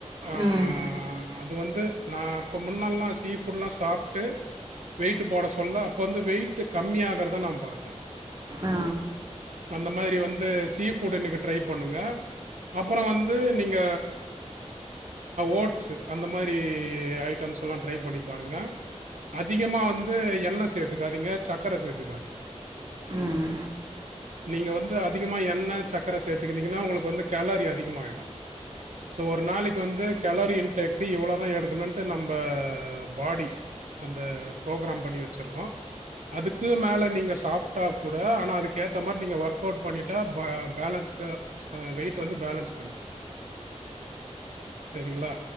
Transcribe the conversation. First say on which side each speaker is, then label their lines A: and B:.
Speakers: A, on the right; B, on the right.
A: ஆஹ்
B: ம்
A: அது வந்து நா அப்ப முன்னாலல்லா சீஃபுட்ல்லா சாப்ட்டு வெயிட் போட சொல்ல அப்ப வந்து வெயிட் கம்மியா ஆகறத நா பாத்தே
B: ஆ
A: அந்த மாதிரி வந்து சீ ஃபுட் இன்னைக்கு ட்ரை பண்ணுங்க அப்புறோ வந்து நீங்க ஓட்ஸ்ஸு அந்த மாதிரி ஐட்டம்ஸ் எல்லா ட்ரை பண்ணி பாருங்க அதிகமா வந்து எண்ணெ சேர்த்துக்காதீங்க சக்கர சேர்த்துக்காதீங்க
B: உம்
A: நீங்க வந்து அதிகமா எண்ண சக்கரை சேத்துக்கிட்டீங்கன்னா உங்களுக்கு வந்து கெலோரி அதிகமாயிடு சோ ஒரு நாளக்கி வந்து கெலோரி இன்டேக்கு இவ்ளோ தா எடுக்குணுன்ட்டு நம்ப பாடி அந்த ப்ரோக்ராம் பண்ணி வச்சுருக்கோ அதுக்கு மேல நீங்க சாப்ட்டா கூட ஆனா அதுக்கு ஏத்த மாறி நீங்க ஒர்க் அவுட் பண்ணிட்டா ப பேலன்ஸ்சு ஆ வெயிட் வந்து பேலன்ஸ் பண்ணிக்குலா சரிங்ளா